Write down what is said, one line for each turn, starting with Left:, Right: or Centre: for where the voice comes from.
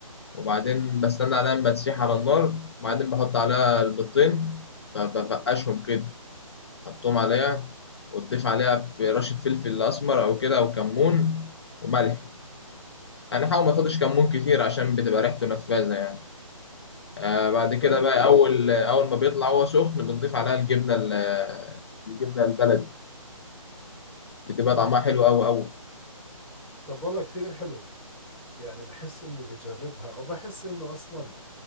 Left: وبعدين بستنى عليها لما تسيح على النار وبعدين بحط عليها البيضتين فبفقشهم كده حطهم عليها وتضيف عليها رشة فلفل أسمر أو كده أو كمون وملح أنا حاول ما تاخدش كمون كتير عشان بتبقى ريحته نفاذة يعني آه بعد كده
Centre: طيب
Left: بقى أول أول ما بيطلع هو سخن بنضيف عليها الجبنة ال- الجبنة البلدي بتبقى طعمها حلو أوي أوي
Centre: طب والله كثير حلو يعني بحس إني بجربها أو بحس إنه أصلا